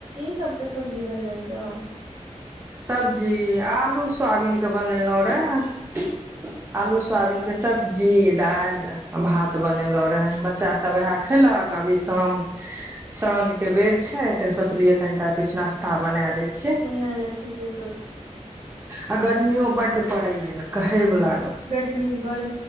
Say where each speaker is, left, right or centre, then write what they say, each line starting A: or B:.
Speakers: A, on the right; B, on the right.
A: ई सब के सब्जी बनल हँ
B: सब्जी आलू सोयाबीनक के बनेलहुं रे आलू सोयाबीनक के सब्जी दालि भात बनेलहुं रे बच्चा सब उएह खलक अभी शाम साँझ के बेर छै तऽ सोचलियै तनिटा किछु नाश्ता बना दै छियै
A: नहि नहि ठीके छै
B: आ गर्मियो बड पड़े य कहे वला
A: गर्मी बड़